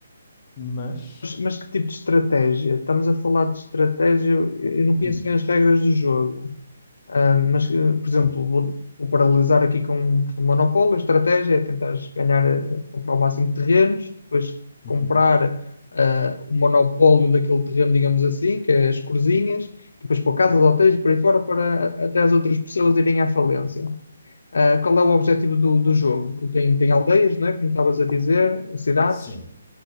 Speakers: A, on the left; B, on the left.
A: mas,
B: Mas, mas que tipo de estratégia? Estamos a falar de estratégia, eu eu não conheço
A: hum,
B: bem as regras do jogo. Ah, mas, eh, por
A: sim,
B: exemplo, vou, vou paralelizar aqui com portanto, monopólio, a estratégia é tentar ganhar, eh, comprar o máximo de terrenos, depois comprar
A: uhum,
B: ah, o monopólio daquele terreno, digamos assim, que é as corzinhas, e depois pôr casas, hotéis e por aí fora, para a- até as outras pessoas irem à falência. Ah, qual é o objetivo do, do jogo? Que Tem, tem aldeias, né? Como estavas a dizer, ou cidades.
A: sim,